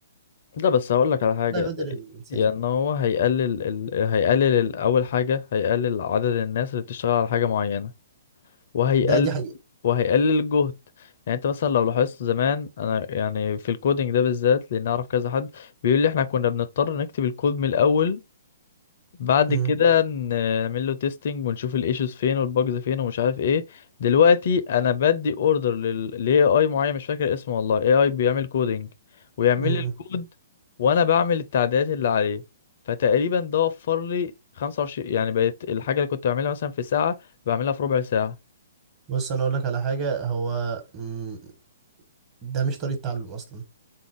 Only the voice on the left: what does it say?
ده بس هقول لك على حاجة
يعني هو هيقلل ال... هيقلل ال- اول حاجة هيقلل عدد الناس اللي بتشتغل على حاجة معينة وهيقلل
وهيقلل الجهد يعني انت مثلا لو لاحظت زمان انا يعني في الكودينج ده بالذات لان اعرف كذا حد بيقول لي احنا كنا بنضطر نكتب الكود من الاول بعد
كده نعمل له تيستنج ونشوف الايشوز فين والباجز فين ومش عارف ايه دلوقتي انا بدي اوردر للاي اي معين مش فاكر اسمه والله اي اي بيعمل كودينج ويعمل
لي
الكود وانا بعمل التعديلات اللي عليه فتقريبا ده وفر لي 25 يعني بقت الحاجه اللي كنت بعملها مثلا في ساعه بعملها في ربع ساعه